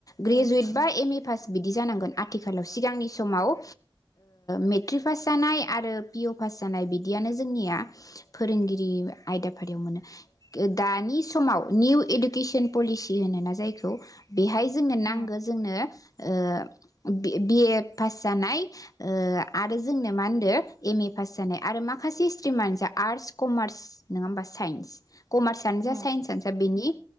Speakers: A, on the left; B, on the right.
A: ग्रेजुयेट
B: औ
A: बा एम ए फास बिदि जानांगोन आथिखालाव सिगांनि समाव ओ मेट्रिक पास जानाय आरो पिअ पास जानाय बिदियानो जोंनिया फोरोंगिरि आयदाफारियाव मोनो दानि समाव निउ इडुकेसन पलिसि होनोना जायखौ बेहाय जोंनो
B: उम
A: नांगौ जोंनो ओ बि बि ए पास जानाय ओ आरो जोंनो मा होनदो एम ए पास जानाय आरो माखासे स्ट्रिमानो जा आर्टस कमार्स नङा ओमबा साइन्स कमार्सआनो जा
B: उम
A: साइन्सआनो जा बेनि